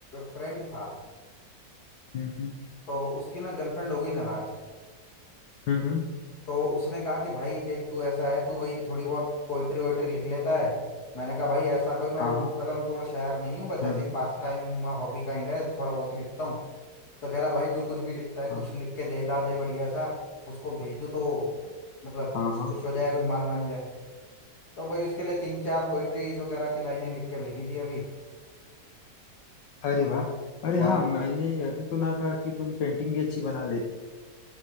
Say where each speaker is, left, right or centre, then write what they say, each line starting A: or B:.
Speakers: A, on the left; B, on the left.
A: फ्रेंड था
B: हम्म
A: तो उसकी ना गर्लफ्रेंड हो गई नाराज
B: हम्म हम्म,
A: तो उसने कहा कि भाई देख तू ऐसा है तू भाई थोड़ी बहुत पोइट्री वोइट्री लिख लेता है मैंने कहा भाई ऐसा कोई मैं
B: हाँ
A: वो
B: हाँ
A: कलम तोड़ शायर नहीं हूँ बस ऐसे
B: हम्म
A: ही
B: हम्म,
A: पास टाइम हॉबी काइंड है थोड़ा बहुत ही लिखता हूँ तो कह रहा भाई जो कुछ भी लिखता है कुछ
B: हाँ
A: लिख के दे दा दे बढ़िया सा उसको भेज दो तो मतलब
B: हाँ हाँ
A: खुश हो जाए कुछ मान मान जाए तो वही उसके लिए तीन चार पोइट्रीज वगैरह की लाइनें लिख के भेजी थी अभी
B: अरे वाह अरे
A: हाँ
B: हाँ मैंने यह भी सुना था कि तुम पेंटिंग भी अच्छी बना लेते हो